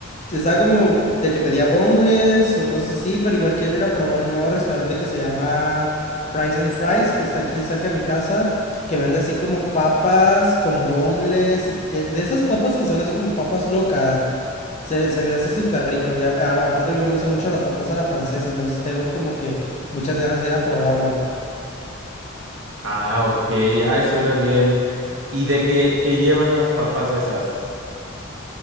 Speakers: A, on the left (about 35°); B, on the right (about 75°).
A: Estaba como de que pedía boneless o cosas así, pero igual quiero ir a probar un nuevo restaurante que se llama Fries and Fries, que está aquí cerca de mi casa, que vende así como papas con boneless y que. De esas papas que son así como papas locas. Se, se ve así súper rico. Y a- a- aparte a mí me gustan mucho las papas a la francesa, entonces tengo como que muchas ganas de ir a probarlo.
B: Ah, ok, ay, suena bien. ¿Y de qué, qué llevan las papas esas?